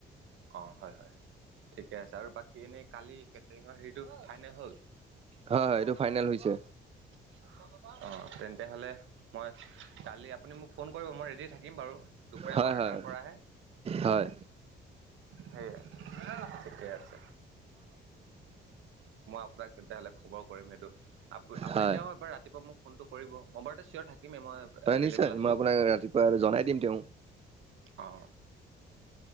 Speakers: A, on the right; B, on the right.
A: অহ হয় হয় ঠিকে আছে, আৰু বাকী এনেই কালি নিং হেৰিটো ফাইনেল হ'ল। <unintelligible> এশ
B: হয় হয় এইটো
A: টকা
B: ফাইনেল হৈছে
A: অহ তেন্তে হ'লে মই কালি আপুনি মোক ফোন কৰিব মই দি থাকিম বাৰু, দুপৰীয়া
B: হয়
A: বাৰটাৰ
B: হয়
A: পৰা হে?
B: হয়
A: সেয়া ঠিকেই আছে। মই আপোনাক তেতিয়াহ'লে খবৰ কৰিম সেইটো, আপু আপুনি
B: হয়
A: তেওঁ এবাৰ ৰাতিপুৱা মোক ফোনটো কৰিব, মই বাৰুটো চিয়ৰ থাকিমেই মই
B: হয়
A: এভেইলেবল
B: নিশ্চয়
A: আছো।
B: মই আপোনাক ৰাতিপুৱা জনাই দিম তেওঁ
A: অ'হ